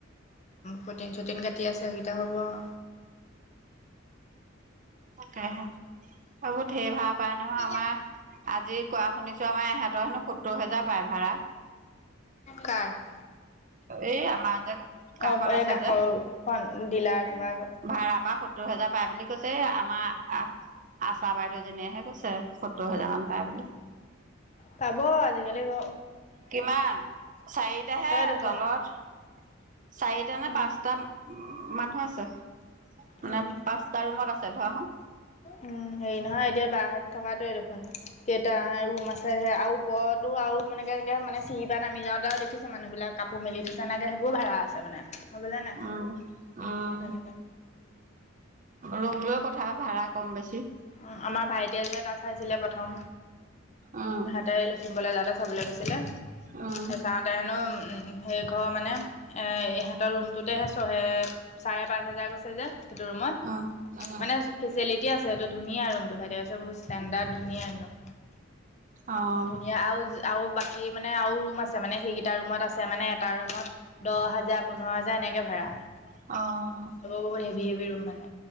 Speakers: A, on the left; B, on the right.
A: প্ৰটিন-চটিন কাটি আছে সেইকেইতা হ'ব আও।
B: তাকহে, এইবোৰ ঢেৰ ভাল পাই নহয়, আমাৰ
A: হ'ব
B: আজি কোৱা শুনিছো আমাৰ এহঁতৰ হেনো সত্তৰ হাজাৰ পায় ভাড়া।
A: কাৰ?
B: এই আমাৰ যে কাষত
A: অ এই
B: আছে
A: কাষৰখন ডিলাৰ থকা
B: ভাড়াৰ পৰা সত্তৰ হেজাৰ পাই বুলি কৈছে আমাৰ আহ আশা বাইদেউ জিনেহে কৈছে সত্তৰ হাজাৰ মান পায় বুলি।
A: পাব আজিকালি ঘ
B: কিমান চাৰিটাহে
A: দেখোন।
B: তলত চাৰিটা নে
A: উম,
B: পাঁচটা মানুহ আছে, মানে
A: উম,
B: পাঁচটা ৰুমত আছে ধৰাচোন
A: উম হেৰি নহয় এতিয়া বাহত থকাটোৱে দেখোন কেইটা ৰুম আছে আও ওপৰতো আৰু মানকে এনেকে মানে চিৰী পৰা নামি যাওঁতে দেখিছোঁ মানুহবিলাক কাপোৰ মেলি থৈছে নাইদে সেইবোৰো ভাড়া আছে মানে। মই বুজা নাই
B: উম উম
A: সনেকে
B: ৰুম লৈ কথা ভাড়া কম বেছি
A: অ আমাৰ ভাইটিয়ে যে এটা চাইছিলে প্ৰথম
B: উম
A: হেতে ৰুমলৈ যাওঁতে চাবলৈ কৈছিলে,
B: উম
A: এ চাওঁত তেনো সেই ঘৰ মানে ইহঁতৰ ৰুমটোতেহে চহে চাৰে পাঁচ হাজাৰ কৈছে যে সেইটো ৰুমত,
B: উম
A: মানে ফেচিলিটি আছে সেইটো ধুনীয়া ৰুমটো ভাইটি বহুত ষ্টেণ্ডাৰদ ধুনীয়া একদম,
B: উম
A: ধুনীয়া আৰু আৰু বাকী মানে আৰু ৰুম আছে, মানে সেইকেইটা ৰুমত আছে মানে এটা ৰুমত দহ হাজাৰ, পোন্ধৰ হাজাৰ এনেকে ভাড়া
B: অহ।
A: বহুত হেভি হেভি ৰুম মানে,